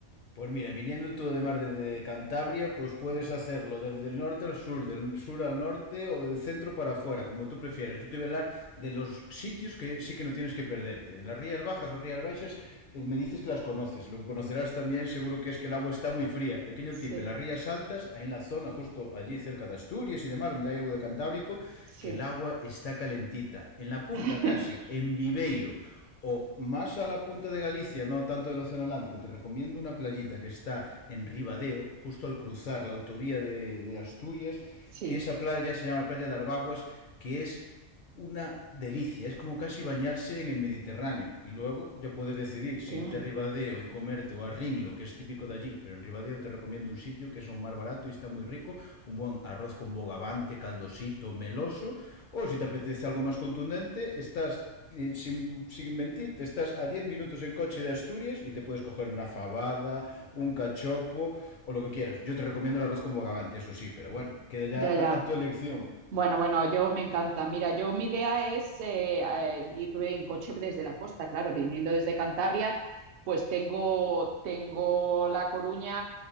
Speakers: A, on the left (about 60°); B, on the right (about 65°).
A: Pues mira, viniendo tú además desde Cantabria, pues puedes
B: Sí,
A: hacerlo desde el norte al sur, del sur al norte o del centro para afuera, como tú prefieras. Yo te voy a hablar de los sitios que sí que no tienes que perderte. En las Rías Bajas o Rías Baixas eh, me dices que las conoces. Lo que conocerás también seguro que es que el agua está muy fría. Pequeño
B: sí,
A: tip, en las Rías Altas, ahí en la zona justo allí cerca de Asturias y demás, donde hay algo de Cantábrico,
B: sí.
A: que el agua está calentita. En la punta
B: <laughs>
A: casi, en Viveiro o más a la punta de Galicia, no tanto del Océano Atlántico, te recomiendo una playita que está en Ribadeo, justo al cruzar la autovía de, de Asturias,
B: Sí,
A: que esa playa se llama la playa de Arbaguas, que es una delicia, es como casi bañarse en el Mediterráneo y luego ya puedes decidir si
B: qué
A: irte
B: bueno.
A: a Ribadeo y comerte o a Ringlo, que es típico de allí, pero en Ribadeo te recomiendo un sitio que es aún más barato y está muy rico, un buen arroz con bogavante, caldosito, meloso, o si te apetece algo más contundente, estás y sin, sin mentir, te estás a 10 minutos en coche de Asturias y te puedes coger una fabada, un cachopo o lo que quieras. Yo te recomiendo el arroz con bogavante, eso sí, pero bueno, queda ya
B: Ya,
A: a,
B: ya.
A: a tu elección.
B: Bueno, bueno, yo me encanta. Mira, yo mi idea es eh, eh, ir en coche desde la costa, claro, viniendo desde Cantabria, pues tengo, tengo La Coruña